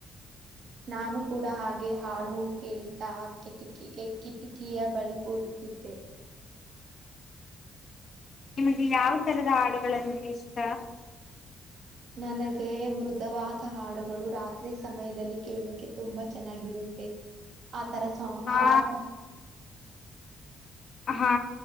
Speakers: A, on the right (about 65°); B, on the left (about 50°).
A: ನಾನು ಕೂಡ ಹಾಗೆ ಹಾಡು ಕೇಳ್ತಾ ಕಿಟಕಿ ಕಿಟಕಿಯ ಬಳಿ ಕೂಳಿತ್ತಿದ್ದೆ
B: ನಿಮಗೆ ಯಾವ ತರದ ಹಾಡುಗಳಂದ್ರೆ ಇಷ್ಟ
A: ನನಗೆ ಮೃದುವಾದ ಹಾಡುಗಳು ರಾತ್ರಿ ಸಮಯದಲ್ಲಿ ಕೇಳೋಕೆ ತುಂಬಾ ಚೆನ್ನಾಗಿರುತ್ತೆ ಆ ತರ ಹ
B: ಹಾ
A: ಆ ತರ
B: ಹಾ